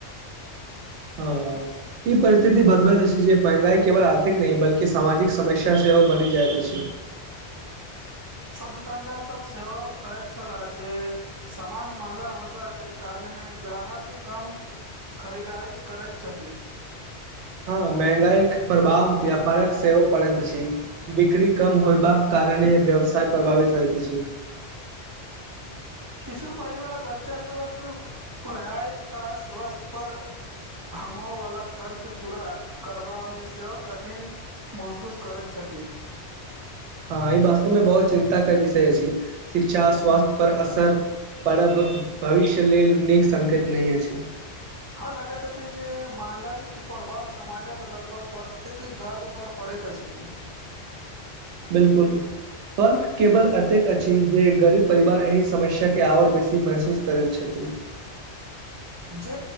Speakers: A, on the right; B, on the right.
A: हं ई परिस्थिति बतबैत अछि जे महंगाई केवल आर्थिक नहि बल्कि समाजिक समस्या सेहो बनि जाइत अछि
B: सभ दुकानदार सब सेहो कहैत छलाह जे समान महंगा होयबाक कारणे ग्राहक कम खरीदारी करैत छथि
A: हँ महगांईक प्रभाव व्यापारक सेहो पड़ैत अछि बिक्री कम होयबाक कारने व्यवसाय प्रभावित होइत अछि
B: किछु परिवार बच्चा सबक पढ़ाई आ स्वास्थ्य पर हमो वाला खर्च पूरा करबामे सेहो कठिन महसूस करैत छथि
A: हँ ई वास्तव मे बहुत चिन्ता के विषय अछि शिक्षा स्वास्थ्य पर असर पर भविष्य लेल नीक संकेत नहि अछि
B: हाॅं लागैत अछि जे महगांई के प्रभाव समाजक लगभग प्रत्येक घर पर पड़ैत अछि
A: बिल्कुल फर्क केवल एतेक अछि जे गरीब परिवार एहि समस्या के आओर बेसी महसूस करैत छथि
B: जे